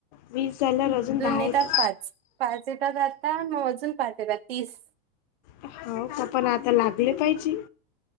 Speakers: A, on the left (about 45°); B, on the right (about 70°).
A: वीस झाल्यावर अजून दहा
B: येतात
A: येता
B: पाच पाच येतात, आता मग अजून पाच येतात तीस
A: हो, पण आता लागले पाहिजे.